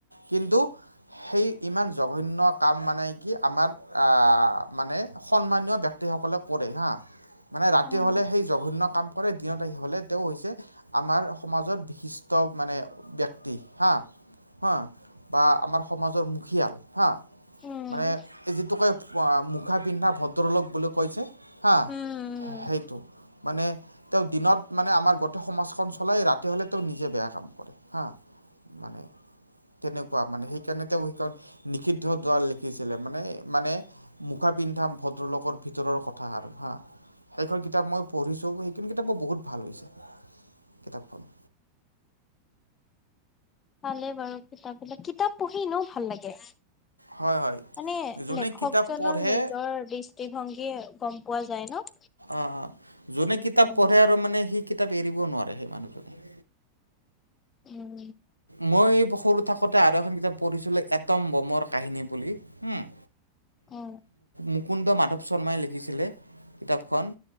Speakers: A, on the right; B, on the left.
A: কিন্তু সেই ইমান জঘন্য কাম মানে কি আমাৰ আ মানে সন্মানীয় ব্যক্তিসকলে কৰে হা মানে ৰাতি
B: উম
A: হ'লে সেই জঘন্য কাম কৰে দিনত আহি হ'লে তেওঁ হৈছে আমাৰ সমাজৰ বিশিষ্ট মানে ব্যক্তি হা। হা বা আমাৰ সমাজৰ মুখিয়াল হা।
B: উম
A: মানে এই যিটো কয় ফু আ মুখা পিন্ধা ভদ্ৰলোক বুলি কয় যে। হা
B: উম
A: সেইটো মানে তেওঁ দিনত মানে আমাৰ গোটেই সমাজখন চলাই ৰাতি হ'লে তেওঁ নিজে বেয়া কাম কৰে হা। মানে তেনেকুৱা মানে সেইকাৰণে তেওঁ সেইকাৰণ নিষিদ্ধ দুৱাৰ লিখিছিলে মানে মানে মুখা পিন্ধা ভদ্ৰলোকৰ ভিতৰৰ কথা আৰু হা সেইখন কিতাপ মই পঢ়িছোঁ সেইখিনি কিতাপো বহুত ভাল হৈছে কিতাপখন।
B: চালে বাৰু কিতাপবিলাক, কিতাপ পঢ়ি এনেও ভাল লাগে।
A: হয় হয়
B: মানে
A: যোনে
B: লেখকজনৰ
A: কিতাপ পঢ়ে
B: নিজৰ দৃষ্টিভংগী গম পোৱা যায় ন?
A: অ অ, যোনে কিতাপ
B: উম,
A: পঢ়ে আৰু মানে সি কিতাপ এৰিব নোৱাৰে সেই মানুহজনে।
B: উম।
A: মই সৰু থাকোতে আৰু এখন কিতাপ পঢ়িছিলোঁ এটম বমৰ কাহিনী বুলি উম।
B: অ।
A: মুকুন্দ মাধৱ শৰ্মাই লিখিছিলে কিতাপখন।